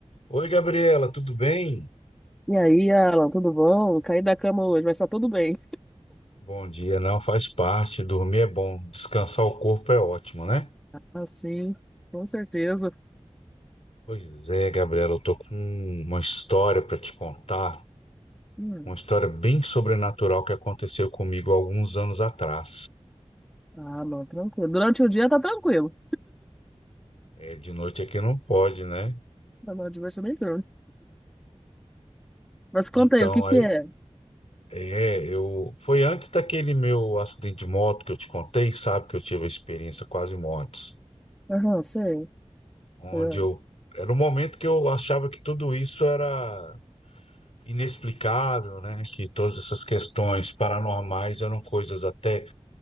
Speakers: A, on the left; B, in the centre.
A: Oi, Gabriela, tudo bem?
B: E aí, Alan, tudo bom? Caí da cama hoje, mas tá tudo bem.
A: Bom dia, não faz parte, dormir é bom, descansar o corpo é ótimo, né?
B: Ah, sim, com certeza.
A: Pois é, Gabriela, eu tô com uma história para te contar,
B: Hum.
A: uma história bem sobrenatural que aconteceu comigo há alguns anos atrás.
B: Ah, não, tranquilo. Durante o dia tá tranquilo.
A: É, de noite aqui não pode, né?
B: Ah, não, de noite é bem tranquilo. Mas conta
A: Então,
B: aí, o que que
A: aí,
B: é?
A: é, eu foi antes daquele meu acidente de moto que eu te contei, sabe que eu tive a experiência quase mortes,
B: Aham, sei.
A: onde
B: Aham.
A: eu era um momento que eu achava que tudo isso era inexplicável, né? Que todas essas questões paranormais eram coisas até